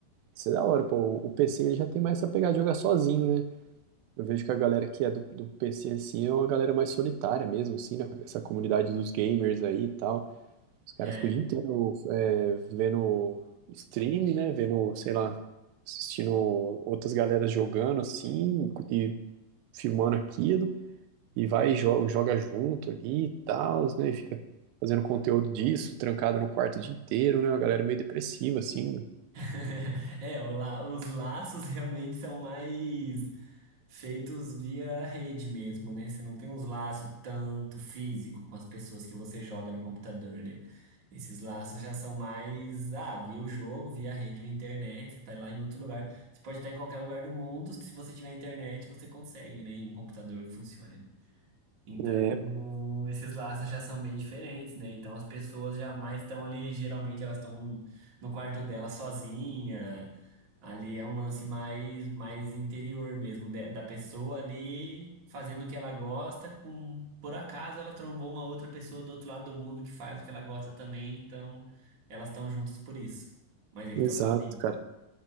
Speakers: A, on the right; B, on the right.
A: Isso é da hora, pô. O PC ele já tem mais essa pegada de jogar sozinho, né? Eu vejo que a galera que é do, do PC, assim, é uma galera mais solitária mesmo, assim, né? Essa comunidade dos gamers aí e tal. Os caras
B: É.
A: ficam o dia inteiro é, vendo stream, né? Vendo, sei lá, assistindo outras galeras jogando, assim, e filmando aquilo. E vai e joga, joga junto ali e tal, né? E fica fazendo conteúdo disso, trancado no quarto o dia inteiro, né? Uma galera meio depressiva, assim, né?
B: <laughs> É, o la- os laços realmente são mais feitos via rede mesmo, né? Você não tem uns laços tanto físico com as pessoas que você joga no computador, né? Esses laços já são mais, ah, via o jogo, via rede, via internet, você tá lá em outro lugar. Você pode estar em qualquer lugar do mundo, se você tiver internet, você consegue, né? Em um computador que funcione. Então,
A: É,
B: no- esses laços já são bem diferentes, né? Então, as pessoas jamais estão ali, geralmente elas estão no quarto dela sozinha. Ali é um lance mais, mais interior mesmo, de- da pessoa ali fazendo o que ela gosta, com, por acaso ela trombou uma outra pessoa do outro lado do mundo que faz o que ela gosta também, então elas estão juntas por isso. Mas ele
A: exato,
B: tá sozinho.
A: cara.